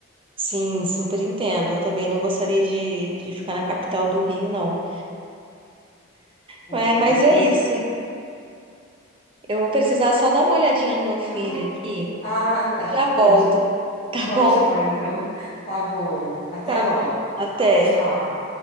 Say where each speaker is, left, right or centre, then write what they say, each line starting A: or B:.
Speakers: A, on the right; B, on the left.
A: Sim, super entendo. Eu também não gostaria de, de ficar na capital do Rio, não. Mas,
B: É,
A: mas
B: não,
A: é
B: não
A: isso. Eu vou precisar só dar uma olhadinha no meu filho
B: Ah,
A: aqui
B: ah, tá.
A: e já volto.
B: Pode,
A: Tá
B: pode
A: bom?
B: ir lá, então. Tá bom. Até
A: Tá
B: logo.
A: bom. Até.
B: Tchau.